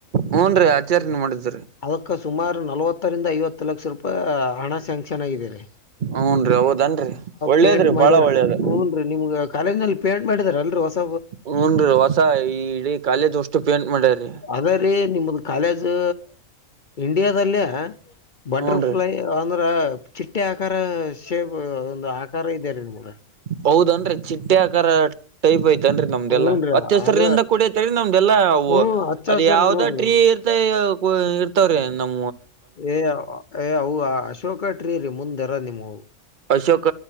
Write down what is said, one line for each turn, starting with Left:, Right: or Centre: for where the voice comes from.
Right: ಹೂನ್ರಿ ಆಚಾರ್ಯನ್ ಮಾಡಿದ್ರಿ
Left: ಅದಕ್ಕ ಸುಮಾರು ನಲವತ್ತು ನಲವತ್ತರಿಂದ ಐವತ್ತು ಲಕ್ಷ ರೂಪಾಯಿ ಹಣ ಸಂ ಚೆನ್ನಾಗ
Right: ಹೂನ್ರಿ ಹೌದನ್ರಿ ಒಳ್ಳೇದ್ರಿ
Left: ಪೇಂಟ್ ಮಾಡ್ಯಾರ
Right: ಬಾಳ ಒಳ್ಳೇದ
Left: ಹುನ್ ರೀ ನಿಮ್ಗ ಕಾಲೇಜ್ ನಲ್ಲಿ ಪೇಂಟ್ ಮಾಡಿದರ ರೀ ಹೊಸ
Right: ಹೂನ್ರಿ ಹೊಸ ಈ ಇಡೀ ಕಾಲೇಜ್ ಅಷ್ಟು ಪೇಂಟ್ ಮಾಡ್ಯಾರಿ
Left: ಅರೆ ನಿಮ್ಮದು <unintelligible> ಕಾಲೇಜು ಇಂಡಿಯಾದಲ್ಲಿ ಬಟರ
Right: ಹೂನ್ರಿ
Left: ರ್ಫ್ಲೈ ಅಂದ್ರ ಚಿಟ್ಟೆ ಆಕಾರ ಶೇಪ್ ಒಂದು ಆಕಾರ ಇದಾರೆ ನಿಮಗೆ
Right: ಹೌದನ್ರಿ ಚಿಟ್ಟೆ ಟೈಪ್ ಐತನ್ ರೀ ನಮ್ದೆಲ್ಲ
Left: ಹೂನ್ರಿ
Right: ಅತ್ತ್ ಸರದಿಂದ
Left: ಅದ
Right: ಕೂಡ ಐತೆ ನಮ್ದೆಲ್ಲ ಅವು
Left: ಹ್ಮ ಹಚ್ಚ
Right: ಅದ
Left: ಹಸರ
Right: ಯಾವ ಹದ
Left: ನೋಡ್ರಿ
Right: ಟ್ರೀ ಇರ್ತ ಇರ್ತವ್ರೀ ನಮ
Left: ಏ ಏ ಅವು ಅಶೋಕಟ್ರಿ ರಿ ಮುಂದೆರ ನಿಮ್ಮವು
Right: ಅಶೋಕ